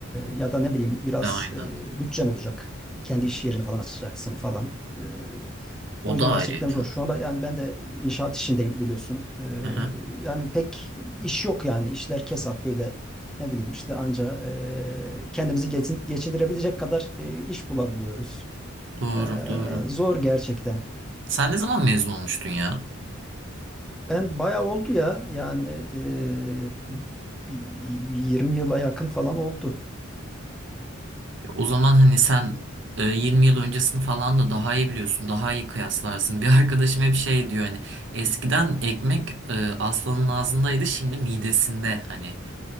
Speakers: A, in the centre; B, on the right.
A: ya da ne bileyim biraz
B: E, Aynen.
A: e, bütçen olacak. Kendi iş yerini falan açacaksın falan. E,
B: O
A: o yüzden
B: da
A: gerçekten
B: ayrıydı.
A: zor. Şu anda yani ben de inşaat işindeyim biliyorsun. E,
B: Aha,
A: yani pek iş yok yani. İşler kesat böyle ne bileyim işte anca e, kendimizi geçin- geçindirebilecek kadar e, iş bulabiliyoruz.
B: doğru,
A: E,
B: doğru.
A: zor gerçekten.
B: Sen ne zaman mezun olmuştun ya?
A: Ben bayağı oldu ya yani eee, bir- bir 20 yıla yakın falan oldu.
B: E, O zaman hani sen e, 20 yıl öncesini falan da daha iyi biliyorsun, daha iyi kıyaslarsın. Bir <laughs> arkadaşım hep şey diyor hani eskiden ekmek e, aslanın ağzındaydı, şimdi midesinde hani.